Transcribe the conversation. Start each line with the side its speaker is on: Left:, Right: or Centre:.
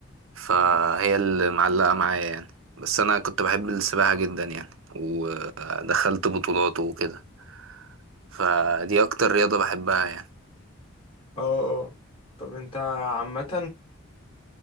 Right: فهي
Left: مم.
Right: اللي معلقة معايا يعني بس انا كنت بحب السباحة جدا يعني ودخلت بطولات وكده فدي اكتر رياضة بحبها يعني
Left: اه اه طب انت عامة